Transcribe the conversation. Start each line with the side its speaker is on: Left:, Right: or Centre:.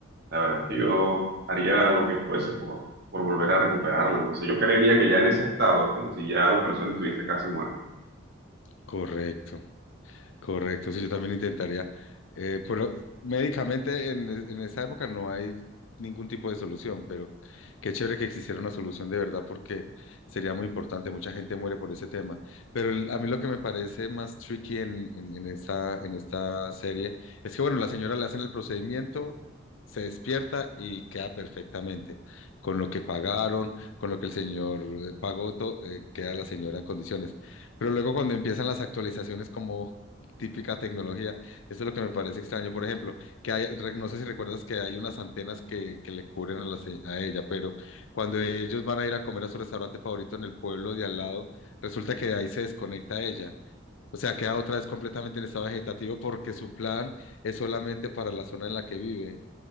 Right: la verdad es que yo haría lo que fuese por, por volver a recuperarla, no sé, yo creería que ya en ese estado es como si ya la persona estuviese casi muerta.
Left: correcto. Correcto, sí, yo también intentaría. Eh, pero médicamente en, en esa época no hay ningún tipo de solución, pero qué chévere que existiera una solución de verdad porque sería muy importante. Mucha gente muere por ese tema. Pero el- a mí lo que me parece más tricky en, en, en esta, en esta serie es que, bueno, la señora le hacen el procedimiento, se despierta y queda perfectamente. Con lo que pagaron, con lo que el señor eh, pagó, to- eh, queda la señora en condiciones. Pero luego cuando empiezan las actualizaciones como típica tecnología. Eso es lo que me parece extraño. Por ejemplo, que hay, re- no sé si recuerdas que hay unas antenas que, que le cubren a, la se- a ella, pero cuando ellos van a ir a comer a su restaurante favorito en el pueblo de al lado, resulta que de ahí se desconecta ella. O sea, queda otra vez completamente en estado vegetativo porque su plan es solamente para la zona en la que vive.